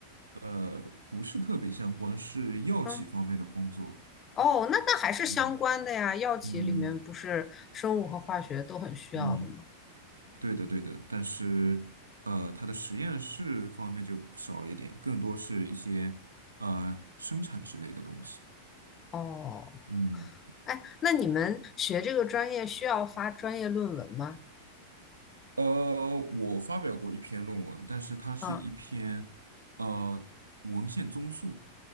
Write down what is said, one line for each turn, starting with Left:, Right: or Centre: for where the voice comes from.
Right: 呃不是特别相关，是药企方面的工作。
Left: 嗯。哦，那那还是相关的呀，
Right: 嗯
Left: 药企里面不是生物和化学都很需要的吗？
Right: 嗯嗯，对的对的，但是呃，它的实验室方面就少了一点，更多是一些呃生产之类的东西。
Left: 哦，
Right: 嗯，
Left: 哎，那你们学这个专业需要发专业论文吗？
Right: 呃，我发表过一篇论文，但是它是一篇呃文献综述。
Left: 啊，